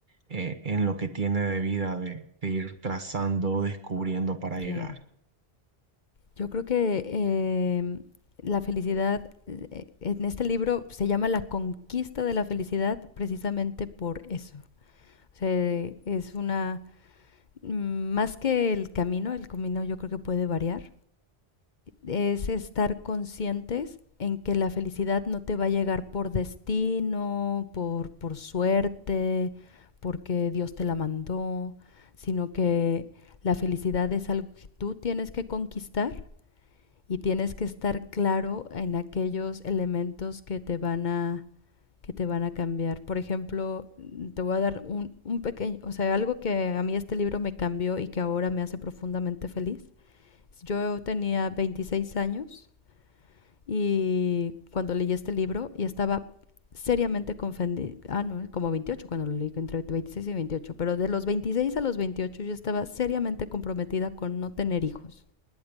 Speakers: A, on the right; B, on the left.
A: eh, en lo que tiene de vida de, de ir trazando o descubriendo para
B: Claro.
A: llegar.
B: Yo creo que eh, la felicidad, eh, en este libro se llama La conquista de la felicidad precisamente por eso. O sea, es una, mm, más que el camino, el camino yo creo que puede variar, es estar conscientes en que la felicidad no te va a llegar por destino, por, por suerte, porque Dios te la mandó, sino que la felicidad es algo que tú tienes que conquistar y tienes que estar claro en aquellos elementos que te van a que te van a cambiar. Por ejemplo, te voy a dar un, un pequeño, o sea, algo que a mí este libro me cambió y que ahora me hace profundamente feliz yo tenía 26 años y cuando leí este libro y estaba seriamente confundida, ah, no, como 28 cuando lo leí, entre 26 y veintiocho pero de los 26 a los 28 yo estaba seriamente comprometida con no tener hijos,